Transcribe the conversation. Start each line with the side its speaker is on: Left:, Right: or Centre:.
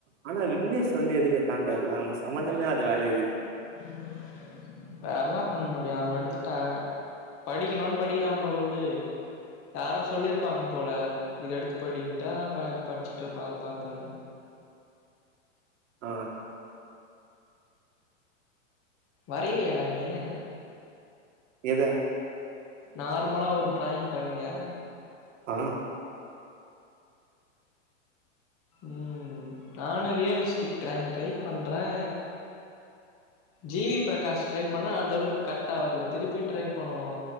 Right: ஆனா விக்னேஷ் வந்து எதுக்கு எத்தானு தெரியல அவனுக்கு சம்பந்தமேல இல்லத வேல தா இது
Left: <unintelligible> வேற என்னா பண்ண முடியு அவன் எடுத்துட்டா படிக்கணும்னு படிக்கிறா போல விடு யாரோ சொல்லிருப் ப்பாங்க போல இத எடுத்து படின்டா ப படிச்சுட்டு இருப்பா அத பாத்தோனா
Right: ஆ
Left: வரைவியாடா நீயி
Right: எத
Left: நார்மலா ஒரு டிராயிங் பண்ணுவியா
Right: ஆ
Left: ம் நானு ரியல்ஸ்டிக் டிராயிங் ட்ரை பண்ணுறே ஜிவி பிரகாஷ் ட்ரை பண்ண அந்த அளவுக்கு கரெக்டா வரல திருப்பின்னு ட்ரை பண்ணனு